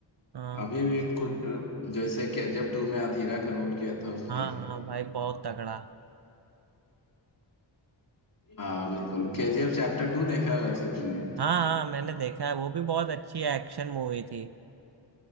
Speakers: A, on the right; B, on the left.
A: हाँ
B: अभी भी कुछ जैसे केजीएफ टू में अधीरा का रोल किया था उसने
A: हाँ हाँ भाई बहुत तगड़ा
B: हाँ बिल्कुल केजीएफ चैप्टर टू देखा है वैसे तुमने
A: हाँ हाँ मैंने देखा है वो भी बहुत अच्छी एक्शन मूवी थी